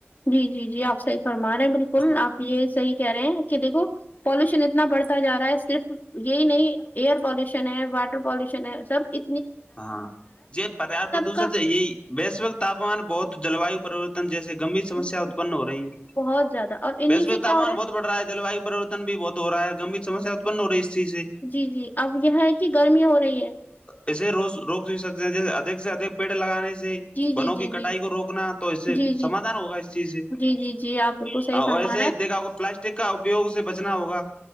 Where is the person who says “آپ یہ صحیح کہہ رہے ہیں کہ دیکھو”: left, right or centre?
Left